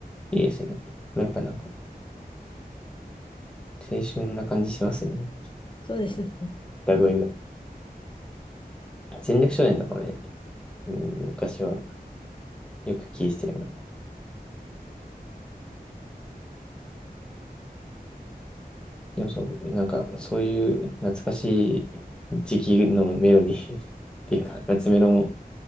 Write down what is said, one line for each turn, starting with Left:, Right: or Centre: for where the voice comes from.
Centre: いいですね。やっぱなんか、青春な感じしますよね。
Left: そうですね。
Centre: 歌声が。戦略少年とかもね、うん、昔はよく聴いてたような。でもそう、なんか、そういう懐かしい時期のメロディー <laughs> っていうか、夏メロも